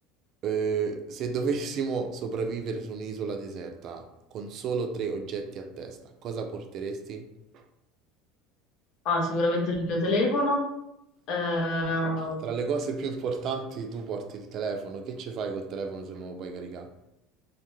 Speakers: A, on the right; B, on the left.
A: Eh, se dovessimo sopravvivere su un'isola deserta con solo tre oggetti a testa, cosa porteresti?
B: Ah, sicuramente il mio telefono. Ehm,
A: Tra le cose più importanti, tu porti il telefono. Che ci fai col telefono se non lo puoi caricare?